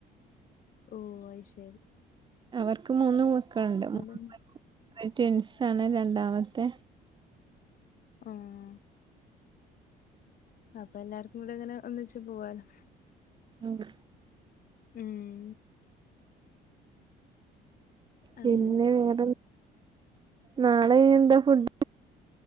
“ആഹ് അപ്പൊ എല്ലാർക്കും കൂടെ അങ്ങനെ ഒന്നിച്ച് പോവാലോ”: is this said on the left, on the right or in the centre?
Left